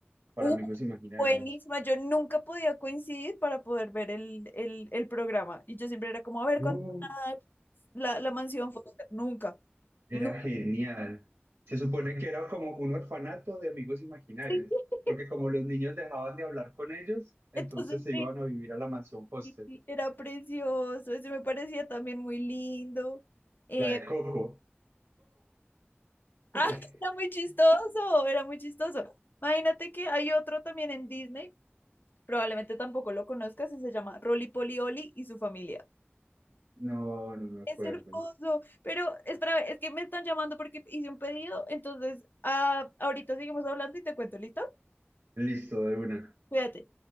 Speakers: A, on the right; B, on the left.
A: para
B: ¡Uh!
A: Amigos Imaginarios.
B: buenísima, yo nunca podía coincidir para poder ver el, el, el programa. Y yo siempre era como, a ver,
A: No,
B: ¿cuándo van a dar la, la mansión Foster? Nunca,
A: Era
B: nunca.
A: genial. Se supone que era como un orfanato de amigos imaginarios,
B: <laughs>
A: porque como los niños dejaban de hablar con ellos, entonces
B: Entonces,
A: se
B: sí,
A: iban a vivir a la mansión Foster,
B: Sí, era precioso, ese me parecía también muy lindo. Eh,
A: la de Coco.
B: ah,
A: <laughs>
B: <laughs> era muy chistoso, era muy chistoso. Imagínate que hay otro también en Disney, probablemente tampoco lo conozcas, y se llama Rolly Polly Olly y su familia.
A: No, no me
B: Es
A: acuerdo.
B: hermoso, pero espera, es que me están llamando porque hice un pedido, entonces ah, ahorita seguimos hablando y te cuento, ¿listo?
A: Listo, de una.
B: Cuídate.